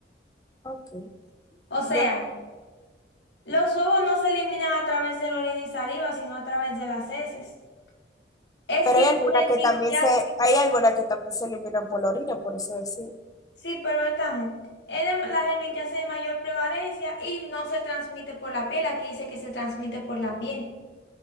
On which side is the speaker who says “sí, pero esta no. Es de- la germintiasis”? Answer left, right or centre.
Left